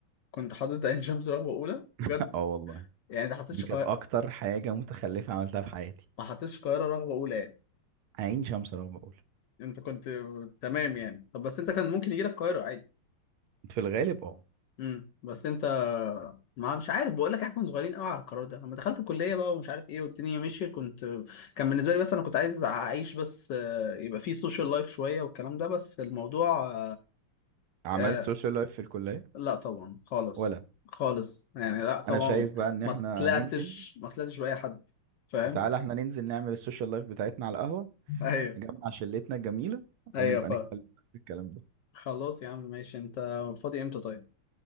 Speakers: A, on the left (about 70°); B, on the right (about 75°).
A: كنت حاطط عين شمس رغبه اولى بجد
B: <laughs> اه والله
A: يعني انت حطيتش
B: دي كانت
A: قاهره
B: اكتر حاجة متخلفة عملتها في حياتي
A: ما حطيتش القاهره رغبه اولى يعني
B: عين شمس رغبة اولى
A: انت كنت تمام يعني طب بس انت كان ممكن يجي لك القاهره عادي
B: في الغالب اه
A: امم بس انت ما مش عارف بقول لك احنا كنا صغيرين قوي على القرار ده لما دخلت الكليه بقى ومش عارف ايه والدنيا مشيت كنت كان بالنسبه لي بس انا كنت عايز اعيش بس آه، يبقى في سوشيال لايف شويه والكلام ده بس الموضوع
B: عملت
A: آه،
B: سوشيال لايف في الكلية
A: لا طبعا خالص
B: ولا
A: خالص يعني لا طبعا
B: انا شايف بقى ان احنا
A: ما طلعتش
B: ننزل
A: ما طلعتش بأي حد فاهم
B: تعالى احنا ننزل نعمل السوشيال لايف بتاعتنا على القهوة
A: ايوه
B: نجمع شلتنا الجميلة
A: ايوه
B: ونبقى
A: ف
B: نتكلم في الكلام ده
A: خلاص يا عم ماشي انت فاضي امتى طيب